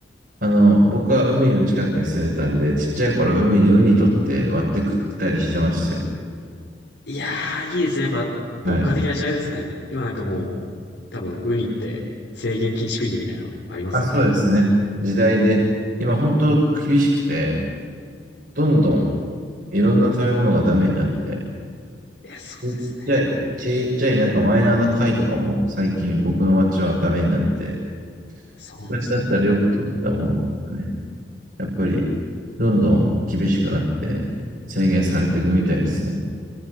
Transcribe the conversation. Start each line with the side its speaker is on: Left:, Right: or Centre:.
Right: あの、僕は海の近くに住んでたんで、ちっちゃい頃海でウニ取って割って食ったりしてましたよ。
Left: いやー、いいですね。やっぱ、
Right: はい。
Left: 牧歌的な時代ですね。今なんかもう、多分、ウニって制限禁止区域みたいなのありますよね。
Right: あ、そうですね。時代で、今本当厳しくて、どんどんいろんな食べ物がダメになって、
Left: いや、そうですね。
Right: ちっちゃい、ちっちゃいなんかマイナーな貝とかも最近僕の町はダメになって、
Left: そうなんですね。
Right: 昔だったらよく取ったものとかがね、やっぱりどんどん厳しくなって制限されていくみたいですね。